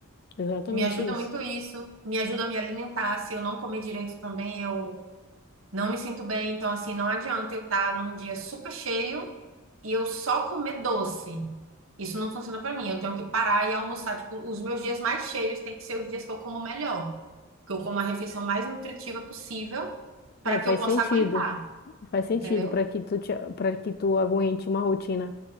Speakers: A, on the left; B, on the right.
A: Exatamente
B: Me ajuda
A: isso.
B: muito isso, me ajuda a me alimentar. Se eu não comer direito também, eu não me sinto bem. Então, assim, não adianta eu estar num dia super cheio e eu só comer doce. Isso não funciona pra mim. Eu tenho que parar e almoçar. Tipo, os meus dias mais cheios têm que ser os dias que eu como melhor. Que eu como a refeição mais nutritiva possível para
A: É,
B: que
A: faz
B: eu possa
A: sentido.
B: aguentar,
A: Faz sentido
B: entendeu?
A: para que tu te, para que tu aguente uma rotina